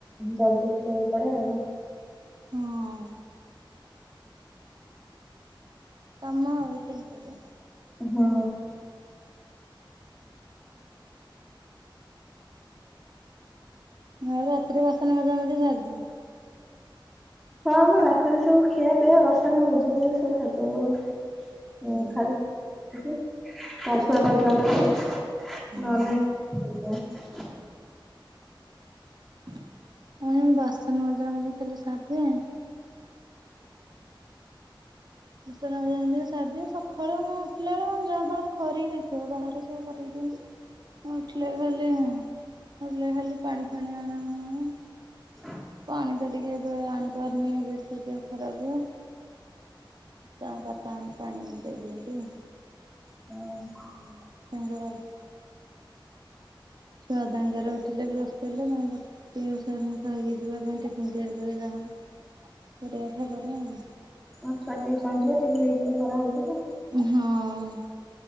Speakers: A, in the centre; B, on the right.
A: ଜଲଦି ଉଠିବାକୁ ପଡ଼େ ଆଉ।
B: ହଁ। କାମ ଆଉ କଣ କରିବା
A: ହଁ।
B: ନାଇ ରାତିରେ ବାସନ ମଜାମଜି ସାରିଦିଏ।
A: ହଁ ଆମ ରାତିରେ ସବୁ ଖିଆପିଆ ବାସନ ମଜାମଜି ସବୁ ସାରି। <unintelligible> ମୁଁ
B: ହୁଁ
A: ଖାଲି ଗଧୁଆ ପାଧୁଆ <unintelligible>
B: ହୁଁ।
A: ନହେଲେ <unintelligible>
B: ମୁଁ ଏଇ ବାସନ ମାଜାମଜି ଖାଲି ସାରିଦିଏ। ବାସନ ମଜାମଜି ସାରିଦିଏ ସକାଳୁ ମୁଁ ଉଠିଲା ବେଳକୁ ଯାଆ <unintelligible> ଖରିକି ଦେଇଥିବ ବାହାର ସେ କରେଇ ଦିଅନ୍ତି। ଉଠିଲେ ଖାଲି ହଁ ଉଠିଲେ ଖାଲି ପାଣି ଫାଣି ଆଣା ଉଣି ହବ।
A: <unintelligible>
B: ପାଣି ତ ଟିକେ ଏବେ ଆଣିପାରୁନି ବେଶୀ ଦେହ ଖରାପ ହୁଏ। ତା ବାପା ପାଣି ପାଣି <unintelligible> ଦିଅନ୍ତି।
A: ହଁ।
B: <unintelligible> ଛୁଆ ତାଙ୍କର ଉଠିଲେ ବ୍ର ହେଲେ ତାଙ୍କ ଟିୟୁସନ ଖାଇକି ଯିବା ପାଇଁ ଟିଫିନ୍ ତିଆରି କରେ ଯାହା କରିବା କଥା କରେ ଆଉ।
A: ଆ ଛୁଆ ଟ୍ୟୁସନ୍ ଯିବେ ଟିଫିନ୍ ପିଫିନ୍ କରାହଉଥିବ।
B: ହଁ।